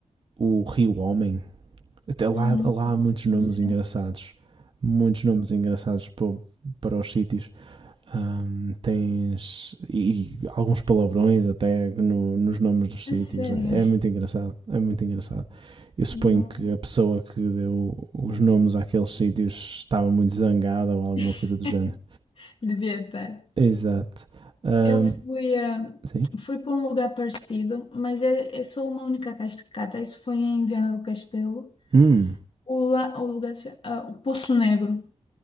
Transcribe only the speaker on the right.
o Rio Homem. Até lá,
lá há muitos nomes
engraçados. Muitos nomes engraçados para, para os sítios. Ahm, tens e, e alguns palavrões até no- nos nomes dos
sítios.
É é muito engraçado, é muito engraçado. Eu suponho
que a pessoa que deu os nomes àqueles sítios estava muito zangada ou alguma coisa
do género.
Exato. Ahm,
sim.
Hum,